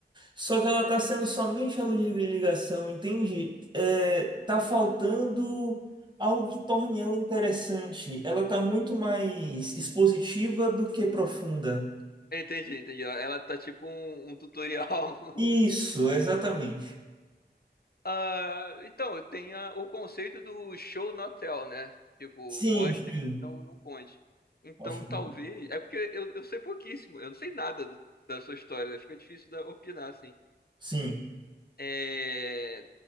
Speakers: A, on the right (about 25°); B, on the left (about 60°).
A: Só que ela tá sendo somente a luz de ligação, entende? É, tá faltando algo que torne ela interessante. Ela tá muito mais expositiva do que profunda.
B: entendi, entendi. Ela ela tá tipo um, um tutorial. <laughs>
A: Isso, exatamente.
B: Ah, então, tem a- o conceito do show not tell, né? Tipo,
A: Sim,
B: mostre,
A: sim.
B: não, não conte. Então,
A: Ótimo.
B: talvez. É porque eu, eu sei pouquíssimo. Eu não sei nada do- da sua história, né? Fica difícil da, opinar, assim.
A: Sim,
B: É,